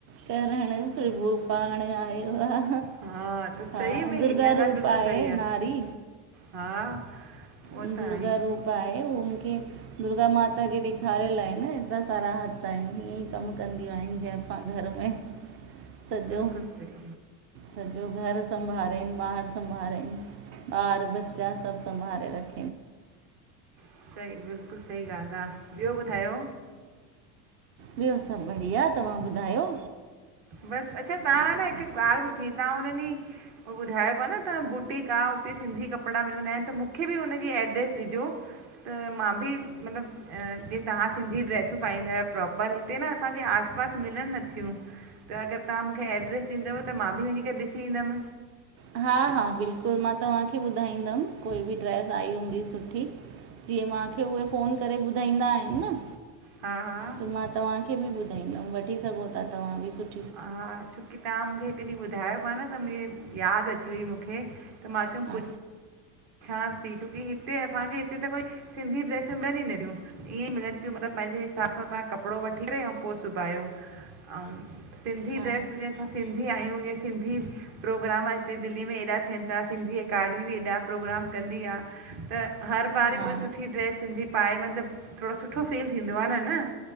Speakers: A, on the right; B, on the right.
A: करण प्रभु पाण आयो आ।
B: हा त
A: हा,
B: सही में ई
A: दुर्गा
B: इहा ॻाल्हि
A: रूप
B: बिल्कुलु
A: आहे,
B: सही
A: नारी!
B: हा उहो
A: दुर्गा
B: त आहे ई
A: रूप आहे, हुनखे दुर्गा माता खे ॾेखारयल आहे न। केतरा सारा हथ आहिन, हीअंईं कम कंदयूं आहिन जाइफां घर में। सॼो
B: बिल्कुलु सही
A: सॼो घर संभारेन, ॿाहर संभारेन, ॿार ॿच्चा सभ संभारे रख
B: सही बिल्कुल सही ॻाल्ह आ, ॿयो ॿुधायो?
A: ॿयो सभ बढ़िया, तव्हां ॿुधायो?
B: बस, अच्छा तां
A: सभु
B: न
A: बढ़िया।
B: हिक ॻाल् पुछणी? तां उन ॾीं हो, ॿुधायो पा न, त बुटीक आ, उते सिंधी कपड़ा मिलंदा एन, त मूखे बि उनजी एड्रेस ॾिजो? त, मां भी मतलब जीअं तहां सिंधी ड्रेसूं पाईंदायो प्रोपर, हिते न असांजे आस पास मिलन नथयूं। थ्यूं, त अगर तहां मूखे एड्रेस ॾींदव, त मां बि वञी करे ॾिसी ईंदम।
A: हा हा, बिल्कुल मां तव्हांखे ॿुधाईंदम, कोई भी ड्रैस आई हूंदी सु सुठी, जीअं माखे उहे फ़ोन करे ॿुधाईंदा एन न।
B: हा हा
A: त, मां तव्हांखे बि ॿुधाईंदम, वठी सघो ता तव्हां बि सुठ
B: हा, छोकी तहां मूखे ॿुधायो पिया न मुंखे त याद अची वई मुखे त मां चयुम
A: हा
B: पुछ पुछांस थी छोकी हिते असांजे हिते त कोई सिंधी ड्रेसियूं मिलन ही नथियूं ईअं मिलन थियूं मतलब पंहिंजे हिसाब सां तां कपड़ो वठी करे अऊं पो सुबायो अउं सिंधी
A: हा
B: ड्रेस जीअ असां सिंधी आहियूं जीअं सिंधी प्रोग्राम हिते दिल्ली में एॾा थियन था सिंधी एकाडमी बि एॾा प्रोग्राम कंदी आ त हर बार
A: हा
B: हिक सुठी ड्रैस सिंधी पाए वञ त थोड़ो सुठो फील थींदो आ न, न